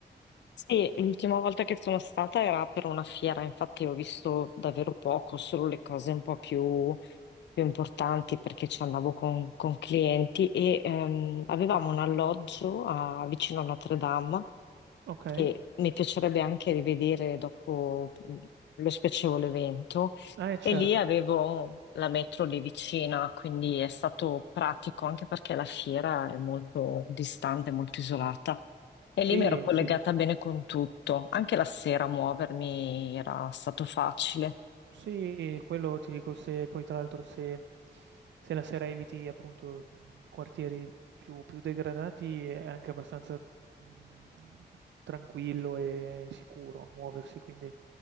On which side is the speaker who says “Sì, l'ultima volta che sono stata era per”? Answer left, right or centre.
Left